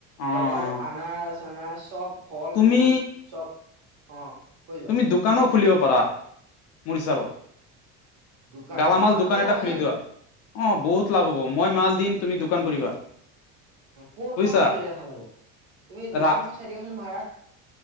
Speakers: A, on the left; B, on the right.
A: অ',
B: লগৰ আনাৰচ চনাৰস চব ফল
A: তুমি
B: মূল চব। অ কৈ যোৱা।
A: তুমি দোকানো খুলিব পাৰা মোৰ হিচাপত।
B: দোকান
A: গালামাল
B: দোকানতো
A: দোকান
B: লাভ
A: এটা
B: আছে
A: খুলি
B: নেকি
A: দোৱা, অঁ বহুত লাভ
B: দো
A: হ'ব মই মাল দিম তুমি দোকান কৰিবা।
B: কোন
A: বুজিছা
B: কোনটা খুলিলে ভাল হ'ব, তুমি দোকান
A: ৰা
B: এখন চাই দিবাচোন ভাড়াত।